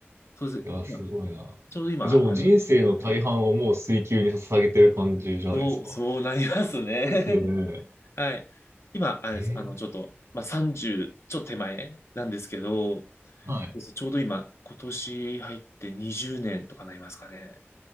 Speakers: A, on the left; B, on the right.
A: そうです。
B: いや、すごいな。
A: 今ちょうど今、
B: じゃあもう人生の大半をもう水球に捧げてる感じじゃないですか。
A: あの、はい。そう、そうなりますね。
B: そうですよね。
A: <laughs> はい。今、あれです。
B: ええ
A: あの、ちょっと、まあ、30、ちょっと手前なんですけど、そう
B: はい。
A: ですねちょうど今、今年入って20年とかなりますかね。